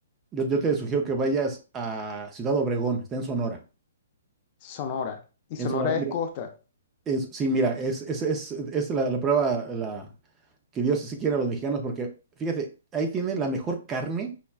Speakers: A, on the right; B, on the left.
A: yo, yo te sugiero que vayas a Ciudad Obregón, está en Sonora.
B: Sonora. Y
A: En
B: Sonora
A: Sonora, mira,
B: es costa.
A: es- sí, mira, es, es, es, es la, la prueba la, que Dios sí quiere a los mexicanos, porque fíjate, ahí tienen la mejor carne